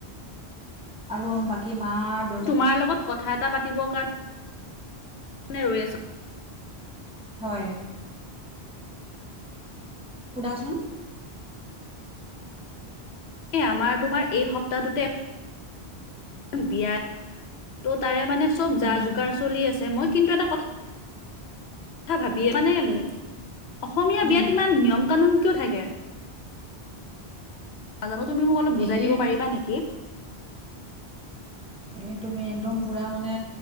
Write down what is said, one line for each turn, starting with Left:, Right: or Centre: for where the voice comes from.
Centre: আৰু বাকী মাৰ
Left: তোমাৰ লগত কথা এটা পাতিবৰ কাৰণে <inaudible> ৰৈ আছোঁ।
Centre: হয়। সুধাচোন?
Left: এ আমাৰ তোমাৰ এই সপ্তাহটোতে <unintelligible> বিয়াত ত' তাৰে মানে চব যা
Centre: উম
Left: যোগাৰ চলি আছে মই কিন্তু এটা কথা <unintelligible> ভাবিয়ে মানে উম অসমীয়া
Centre: উম
Left: বিয়াত নিয়ম-কানুন কিয় থাকে? নাজানো তুমি মোক অলপ বুজাই
Centre: এই
Left: দিব পাৰিবা নেকি?
Centre: এ তুমি একদম পুৰা মানে